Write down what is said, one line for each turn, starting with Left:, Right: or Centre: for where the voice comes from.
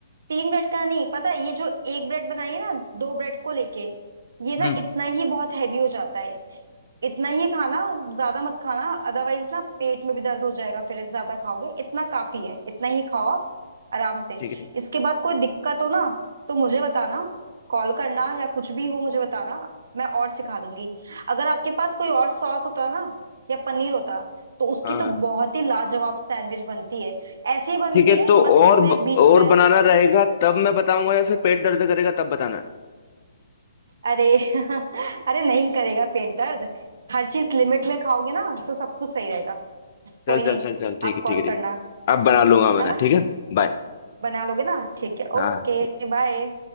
Right: तीन ब्रेड का नहीं पता है, ये जो एक ब्रेड बनाई है ना दो ब्रेड को लेके ये ना
Left: हम्म
Right: इतना ही बहुत हैवी हो जाता है इतना ही खाना ज्यादा मत खाना अदरवाइज ना पेट में भी दर्द हो जाएगा फिर ज्यादा खाओगे इतना काफी है इतना ही खाओ आप आराम से
Left: ठीक है ठीक
Right: इसके बाद कोई दिक्कत हो ना तो मुझे बताना कॉल करना या कुछ भी हो मुझे बताना मैं और सिखा दूंगी अगर आपके पास कोई और सॉस होता ना या पनीर होता तो उसकी
Left: हाँ
Right: तो बहुत ही लाजवाब सैंडविच बनती है ऐसी ही बनती
Left: ठीक है
Right: है
Left: तो
Right: बस
Left: और
Right: इसमें
Left: ब-
Right: बीच
Left: और
Right: में
Left: बनाना रहेगा तब मैं बताऊंगा या फिर पेट दर्द करेगा तब बताना है
Right: अरे <laughs> अरे नहीं करेगा पेट दर्द हर चीज लिमिट में खाओगे ना तो सब कुछ सही रहेगा कोई
Left: चल
Right: नहीं
Left: चल चल चल
Right: आप
Left: ठीक है
Right: कॉल
Left: ठीक है ठीक
Right: करना
Left: है अब बना लूंगा
Right: है
Left: मैं
Right: ना
Left: ठीक है बाय
Right: बना लोगे ना ठीक है
Left: हाँ
Right: ओके बाय